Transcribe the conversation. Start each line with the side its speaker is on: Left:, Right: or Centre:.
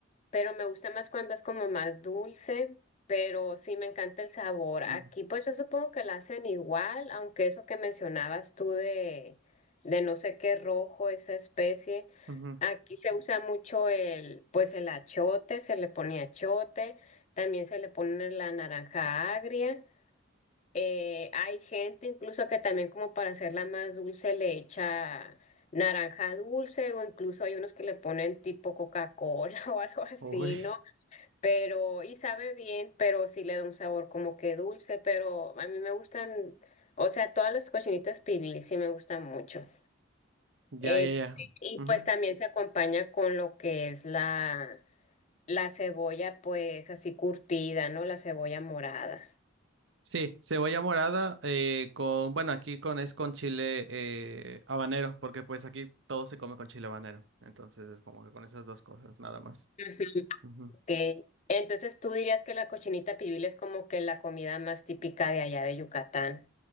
Left: pero me gusta más cuando es como más dulce, pero sí me encanta el sabor. Aquí
Right: Mm.
Left: pues yo supongo que la hacen igual, aunque eso que mencionabas tú de, de no sé qué rojo, esa especie,
Right: Ujú.
Left: aquí se usa mucho el, pues el achote, se le pone achote, también se le pone la naranja agria. Eh, hay gente incluso que también como para hacerla más dulce le echa naranja dulce o incluso hay unos que le ponen tipo Coca-Cola <laughs> o algo así,
Right: Uy.
Left: ¿no? Pero y sabe bien, pero sí le da un sabor como que dulce, pero a mí me gustan, o sea, todas las cochinitas pibil sí me gustan mucho.
Right: Ya,
Left: Este,
Right: ya, ya.
Left: y
Right: Ujú.
Left: pues también se acompaña con lo que es la la cebolla pues así curtida, ¿no? La cebolla morada.
Right: Sí, cebolla morada eh, con, bueno, aquí con es con chile eh, habanero, porque pues aquí todo se come con chile habanero, entonces es como que con esas dos cosas, nada más.
Left: Ujú.
Right: Ujú.
Left: Ok. Entonces tú dirías que la cochinita pibil es como que la comida más típica de allá de Yucatán.